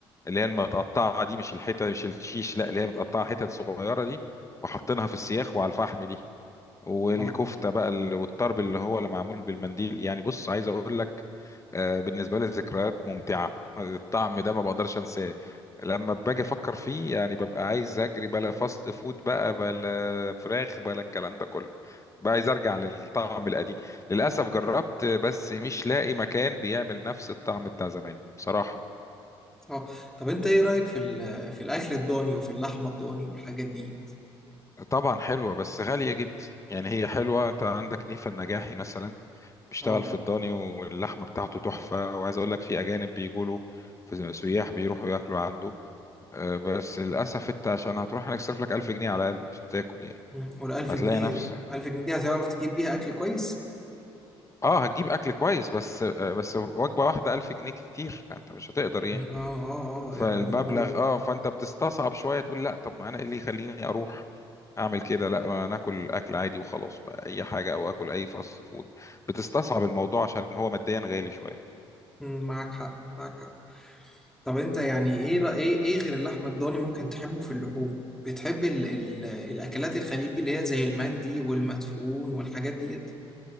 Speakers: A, on the left; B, in the centre.
A: اللي هي المتقطعه دي مش الحته مش الشيش لا اللي هي متقطعه حتت صغيره دي وحاطينها في السياخ وعلى الفحم دي والكفته
B: اه
A: بقى ال- والطرب اللي هو اللي معمول بالمنديل يعني بص عايز اقول لك آه، بالنسبة لي ذكريات ممتعة الطعم ده ما بقدرش انساه لما باجي افكر فيه يعني ببقى عايز اجري بلا فاست فود بقى بلا فراخ بلا الكلام ده كله بقى عايز ارجع للطعم القديم للاسف جربت بس مش لاقي مكان بيعمل نفس الطعم بتاع زمان بصراحة
B: اه طب انت ايه رايك في ال... في الاكل الضاني وفي اللحمه الضاني والحاجات دي
A: طبعا حلوة بس غالية جدا يعني هي حلوة انت عندك نيفا النجاحي مثلا بيشتغل
B: اه
A: في الضاني واللحمة بتاعته تحفة وعايز اقول لك في اجانب بيجوا له في سياح بيروحوا ياكلوا عنده آه، بس للأسف أنت عشان هتروح هنصرف لك 1000 جنيه على الأقل عشان تاكل يعني
B: مم. والألف
A: هتلاقي
B: جنيه
A: نفسك
B: ألف جنيه دي هتعرف تجيب بيها أكل كويس؟
A: أه هتجيب أكل كويس بس آه، بس وجبة واحدة 1000 جنيه كتير أنت مش هتقدر
B: مم.
A: يعني
B: اه اه
A: فالمبلغ
B: اه مبلغ
A: أه فأنت بتستصعب شوية تقول لأ طب ما أنا إيه اللي يخليني أروح أعمل كده لأ ما أنا آكل أكل عادي وخلاص بقى أي حاجة أو آكل أي فاست فود بتستصعب الموضوع عشان هو ماديا غالي شوية
B: مم، معاك حق معاك حق طب انت يعني ايه رأ- ايه ايه غير اللحمه الضاني ممكن تحبه في اللحوم بتحب ال ال الاكلات الخليجي اللي هي زي المندي والمدفون والحاجات ديت